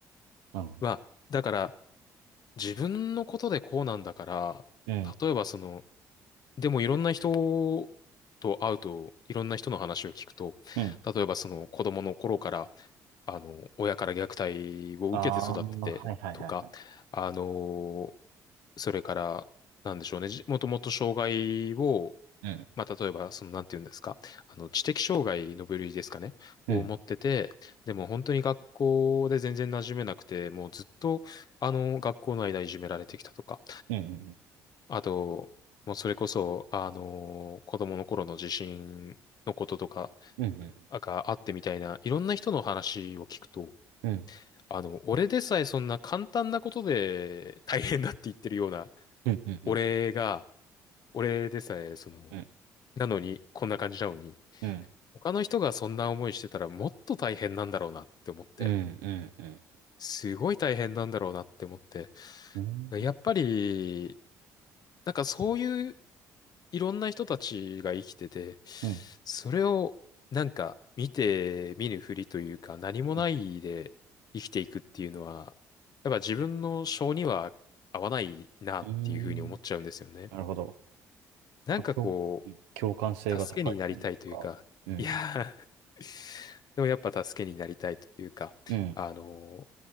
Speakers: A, on the right; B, on the left.
A: なるほど。
B: まあ、だから自分のことでこうなんだから、
A: うん
B: 例えばその、でもいろんな人と会うと、いろんな人の話を聞くと、
A: うん。
B: 例えばその子供の頃から、あの、親から虐待を受けて育っててとか、
A: ああ、はいはいはいはい。
B: あの、それから、なんでしょうね、じもともと障害を
A: うん。
B: まあ、例えば、その、なんて言うんですか、あの、知的障害の部類ですかね、
A: うん。
B: を持ってて、でも本当に学校で全然馴染めなくて、もうずっと、あの、学校の間いじめられてきたとか、
A: うん。
B: あと、もうそれこそ、あの、子供の頃の地震のこととか
A: うん。うん。
B: があってみたいな、いろんな人の話を聞くと、
A: うん。
B: あの、俺でさえそんな簡単なことで大変だって言ってるような、
A: うん。うん。
B: 俺が、俺でさえ、その、
A: うん。
B: なのに、こんな感じなのに、
A: うん。
B: 他の人がそんな思いしてたらもっと大変なんだろうなって思って、
A: うん。うん。うん。
B: すごい大変なんだろうなって思って、
A: うん。
B: やっぱり、なんかそういういろんな人たちが生きてて、
A: う
B: それをなんか見て見ぬふりというか何もないで生きていくっていうのは、
A: ん。
B: やっぱ自分の性には合わないなっていうふうに思っちゃうんですよね。
A: うん。なるほど。
B: なんかこ
A: 共共感性が高いというか。
B: う、助けになりたいというか、
A: うん。
B: いやー <laughs> でもやっぱ助けになりたいというか、
A: うん。
B: あのー